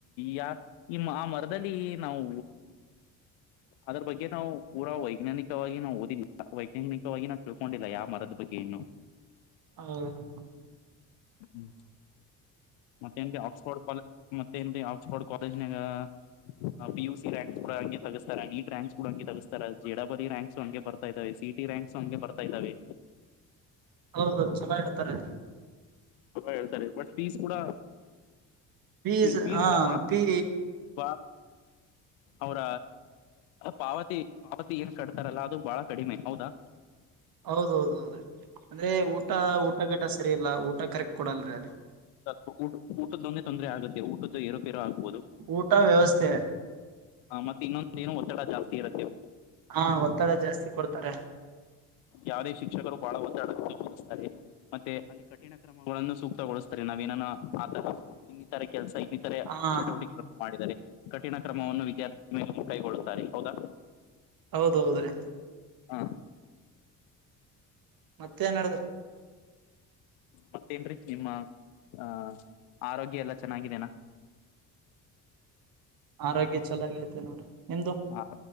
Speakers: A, on the left (about 75°); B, on the right (about 50°).
A: ಯಾ ಈ ಆ ಮರದಲ್ಲಿ ನಾವು ಅದ್ರ ಬಗ್ಗೆ ನಾವು ಪೂರಾ ವೈಜ್ಞಾನಿಕವಾಗಿ ನಾವು ಓದಿಲ್ಲ ವೈಜ್ಞಾನಿಕವಾಗಿ ನ ತಿಳ್ಕೊಂಡಿಲ್ಲ ಯ ಮರದ ಬಗ್ಗೆ ಇನ್ನು
B: ಹೌದೌದು
A: ಹ್ಮ್ ಮತ್ತೆ ನ್ ಆಕ್ಸ್ಫೋರ್ಡ್ ಕಾಲ್ ಮತ್ತೆ ನ್ ಆಕ್ಸ್ಫೋರ್ಡ್ ಕಾಲೇಜ್ನಾಗ ಪ ಯು ಸಿಿ ರಂಕ್ಸ್ ಕೂ ಹಂಗೆ ತಸ್ತಾರ ನೀಟ್ ರ್ಯಾಂಕ್ ಕೂಡ ಹಂಗೆ ತಗಸ್ತ ಜಡಪದಿ ರಂಕ್ಸ್ ಹಂಗೆ ಬರ್ತಾರೆ. ಬರ್ತ ಇದಾವ ಸಿಟಿ ರ್ಯಾಂಕ್ಸ್ ಹಂಗೆ ಬರ್ತಾ ಇದಾವೆ.
B: ಹೌದೌದು ಚುಲಾ ಹೇಳ್ತಾರೆ.
A: ತು ಹೇಳ್ತಾರೆ ಬಟ್ ಫೀಸ್ ಕೂಡ
B: ಪೀಸ್
A: ಫೀಸ್
B: ಹಾ
A: ಕೂಡ ಬಾಳ
B: ಪೀ
A: ಬಾ ಅವ್ರ ಪಾವತಿ ಪಾವತಿ ಏನ್ ಕಡ್ತಾರಲ್ಲ ಅದು ಬಾಳ ಕಡಿಮೆ ಹೌದಾ.
B: ಹೌದೌದ ಹೌದ್ರೀ ಅಂದ್ರೆ ಊಟ ಊಟ ಟ ಸರಿಯಲ್ಲ ಊಟ ಕರೆಕ್ಟ್ ಕೊಡಲ್ರರಿ ಅಲ್ಲಿ.
A: ಸ್ವಪ ಊಟ ಊಟದ್ದೊಂದೇ ತೊಂದರೆ ಆಗುತ್ತ ಊಟ್ದ ಏೋಪೇರೋ ಆಗ್ಬಹುದು.
B: ಊಟ ವ್ಯವಸ್ಥೆ
A: ಹ ಮತ್ತೆ ಇನ್ನೊಂದ ರೇನು ಒತ್ತಡ ಜಾಸ್ತಿ ಇರತ್ತೆ
B: ಹಾ ಒತ್ತಡ ಜಾಸ್ತಿ ಕೊಡ್ತಾರೆ.
A: ಯಾವುದೇ ಶಿಕ್ಷಕರು ಬಹಳ ಒತ್ತಾಡಕ್ಕೆ ಬೋಗಿಸ್ತಾರೆ ಮತ್ತೆ ಅಲ್ಲಿ ಕಠಿಣ. ಕ್ರಮಗಳನ್ನು ಸೂಕ್ತಗೊಳಿಸ್ತಾರೆ ನಾವೇನ ಆರ ಇನ್ನಿತರ ಕೆಲಸ ಇ ಇತರೆ
B: ಹಾ
A: ಚಟುವಟಿಕೆಗಳನ್ನು ಮಾಡಿದರೆ ಕಠಿಣ ಕ್ರಮವನ್ನು ವಿದ್ಯಾರ್ಥಿ ಕೈಗೊಳ್ಳುತ್ತಾರೆ ಹೌದಾ
B: ಹೌದೌದ್ರೀ
A: ಹಾ
B: ಮತ್ತೆ ಏ ನಾಡಿದ್ರಿ
A: ಮತ್ತೇನ್ೀ ನಿಮ್ಮ ಅಹ ಆರೋಗ್ಯ ಎಲ್ಲ ಚೆನ್ನಾಗಿದೇನಾ
B: ಆರೋಗ್ಯ ಚೆಲಾಗ್ ಐತೆ ನೋಡ್ರಿ ನಿಮ್ದು
A: ಹಾ